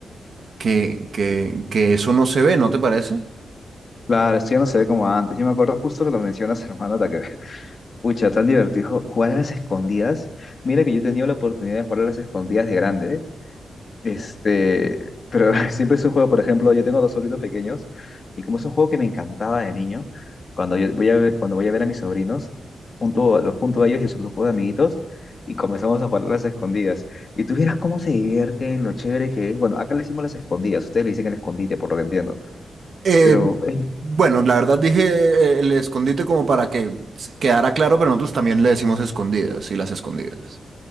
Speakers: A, on the right; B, on the left.
A: que, que, que eso no se ve, ¿no te parece?
B: Claro, esto ya no se ve como antes. Yo me acuerdo justo lo que mencionas, hermano, hasta que, <laughs> pucha, tan divertido jugar a las escondidas. Mira que yo he tenido la oportunidad de jugar a las escondidas de grande, ¿eh? este, pero <laughs> siempre es un juego, por ejemplo, yo tengo dos sobrinos pequeños y como es un juego que me encantaba de niño, cuando yo voy a ver, cuando voy a ver a mis sobrinos, junto, los junto a ellos y a su grupo de amiguitos y comenzamos a jugar a las escondidas. Y tú vieras cómo se divierten, lo chévere que es. Bueno, acá le decimos las escondidas, ustedes le dicen el escondite, por lo que entiendo.
A: Eh,
B: Pero es
A: bueno, la verdad dije eh, el escondite como para que se quedara claro, pero nosotros también le decimos escondidas y las escondidas.